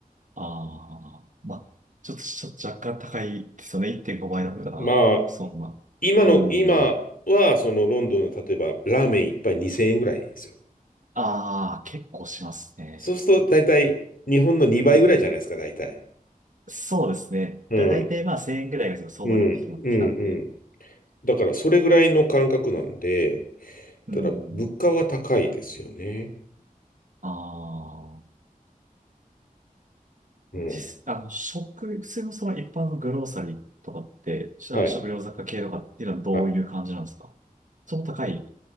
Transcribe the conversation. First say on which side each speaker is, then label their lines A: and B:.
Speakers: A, on the right (about 60°); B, on the left (about 70°).
A: ああ、まあ、ちょっと、ちょっと若干高いですよね、1.5倍だったら。
B: まあ、
A: そう、まあ、
B: 今の、
A: うん。
B: 今は、そのロンドンの例えば、ラーメン一杯2000円ぐらいですよ。
A: ああ、結構しますね。
B: そうすると、大体、日本の2倍ぐらいじゃないですか、
A: うん。
B: 大体。
A: そうですね。
B: うん、
A: だ、だいたいまあ1000円ぐらいが相場になってきまってきたんで。
B: うん、うん、うん。だからそれぐらいの感覚なんで、
A: うん。
B: ただ物価は高いですよね。
A: ああ。
B: うん。
A: 実、あの、食、普通のその一般のグローサリーとかって、しあの食料雑貨系とかっていうのはどういう感じなんですかその高い。
B: はい。はい。